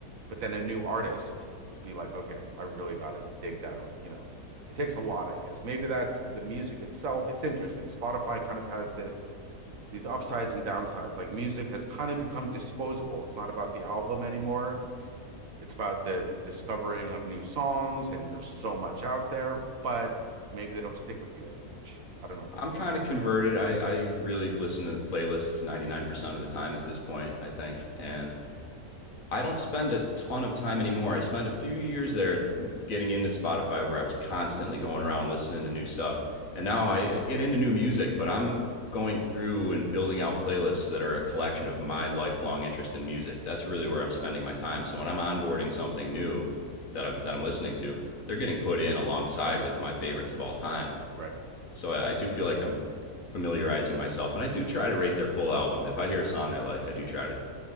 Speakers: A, on the right; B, on the left.
A: but then a new artist will be like, okay, I really gotta dig down, you know. It takes a lot, I guess. Maybe that's the music itself. It's interesting. Spotify kind of has this these upsides and downsides. Like music has kind of become disposable. It's not about the album anymore it's about the, the discovering of new songs, and there's so much out there, but maybe they don't stick with you as much. I don't know. It's
B: I'm
A: something
B: kind
A: I think
B: of converted.
A: about.
B: I, I really listen to playlists 99% of the time at this point, I think. And I don't spend a ton of time anymore. I spent a few years there getting into Spotify where I was constantly going around listening to new stuff. And now I uh, get into new music, but I'm going through and building out playlists that are a collection of my lifelong interest in music. That's really where I'm spending my time. So when I'm onboarding something new that I'm that I'm listening to, they're getting put in alongside with my favorites of all time.
A: Right.
B: So I, do feel like I'm familiarizing myself and I do try to rate their full album. If I hear a song I like, I do try to